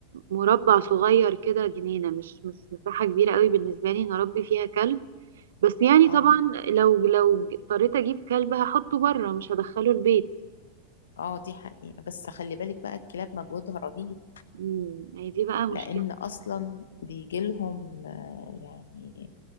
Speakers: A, on the right; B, on the left.
A: مربع صغير كده جنينه مش مش مساحه كبيره قوي بالنسبه لي ان اربي فيها كلب بس يعني
B: اه
A: طبعا لو لو اضطريت اجيب كلب هحطه بره مش هدخله البيت
B: اه دي حقيقة بس خلي بالك بقى الكلاب مجهودها رهيب
A: امم هي دي بقى مشكله
B: لأن أصلا بيجي لهم آه، يعني